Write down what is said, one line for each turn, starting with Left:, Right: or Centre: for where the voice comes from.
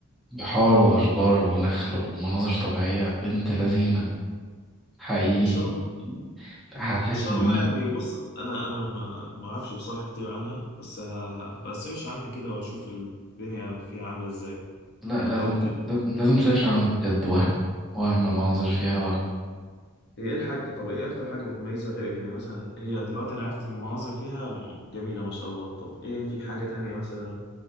Centre: بحار وأشجار ونخل ومناظر طبيعية بنت لذينة حقيقي
Left: إن شاء الله
Centre: حسيت
Left: ان إن شاء
Centre: ان
Left: الله
Centre: انا
Left: يعني بص انا انا ما ما اعرفش بصراحه كتير عنها بس ه- ه- هبقى سيرش عنها كده واشوف الدنيا فيها عامله ازاي
Centre: لا لازم
Left: لو كده
Centre: لازم تسيرش عن
Left: اه
Centre: بجد وهم وهم المناظر فيها وهم
Left: هي ايه الحاجه طب ايه اكتر حاجه بتميزها غير يعني مثلا هي دلوقتي انا عرفت ان المناظر فيها م- جميله ما شاء الله طب ايه في حاجه تانية مثلا